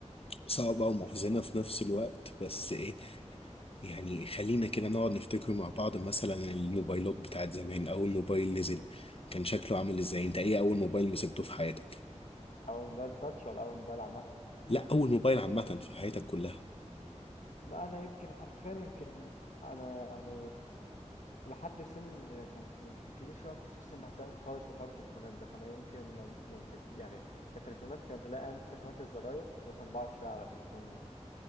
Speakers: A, on the left; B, on the left.
A: صعبة ومحزنة في نفس الوقت بس ايه
B: مم.
A: يعني خلينا كده نقعد نفتكر مع بعض مثلا الموبايلات بتاعت زمان أول موبايل نزل كان شكله عامل إزاي أنت إيه أول موبايل مسكته في حياتك
B: أول موبايل تاتش ولا أول موبايل عامة
A: لا أول موبايل عامة في حياتك كلها
B: لا أنا يمكن حرفيا يمكن أنا يعني لحد سن كان يمكن كبير شوية ما كنتش أصلا بهتم خالص بحوار التليفونات ده فأنا يمكن ما ما مسكت يعني كتليفونات كانت لا أيام تليفونات الزراير كنت مثلا بقعد شوية على تليفون